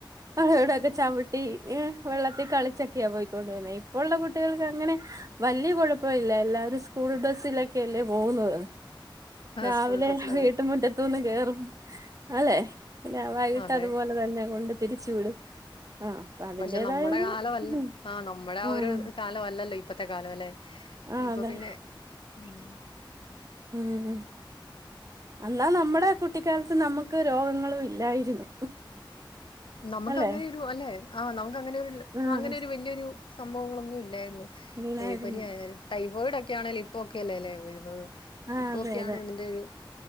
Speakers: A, on the right; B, on the left.
A: മഴോടെൊക്കെ ചവിട്ടി എ വെള്ളത്തിൽ കളിച്ചൊക്കെയാ പോയി ന്നെ ഇപ്പുള്ള കുട്ടികൾക്ക് അങ്ങനെ വലിയ കുഴപ്പ ഇല്ല എല്ലാവരും സ്കൂൾ ബസ്സിലൊക്കെയല്ലേ പോകുന്നത് രാവിലെ
B: സ്കൂൾ ഡ്രസ്സിലതെ.
A: വീട്ട
B: അതെ.
A: മുുറ്റത്ത നിന്ന് കേറും
B: ഉം.
A: അല്ലെ ഞൻ വൈകട്ട്
B: അതെ
A: അതുപോലെ തഞ്ഞ കൊണ്ട് തിരിച്ചു വിടും ആഹ് അപ്പൊ അതിന്റേതായ
B: പക്ഷെ നമ്മുടെ
A: ഒരു
B: കാലമല്ല
A: ഉം
B: ആ നമ്മുടെ ആ
A: ആഹ്
B: ഒരു കാലമല്ല ല്ലോ ഇപ്പഴത്തെ കാലമല്ലേ
A: ആഹ്
B: ഇപ്പൊ
A: അതെ
B: പിന്നെ ഉം
A: ഉം അന്നാ നമ്മടെ കുട്ടിക്കാലത്ത് നമ്മക്ക് രോഗങ്ങളു ഇല്ലായിരുന്നു.
B: നമക്ക്
A: അല്ലെ
B: അങ്ങനെയൊരു അല്ലെ ആ ന അങ്ങനൊരു
A: ആഹ്
B: അങ്ങനൊരു വെല്ല്യൊരു സംഭവങ്ങളൊന്നും ഇല്ലായിരുന്നു.
A: ഇല്ലായിരുന്നു
B: എനിപ്പനിയായാലും ടൈ വീടൊക്കെ ആണെലും ഇപ്പൊക്കെ അല്ലേ ല്ലെ ഉയർന്നത്.
A: ആഹ്
B: ഇപ്പൊക്കെയാണ്
A: അതെ അതെ
B: ഇതിൻ്റൊരു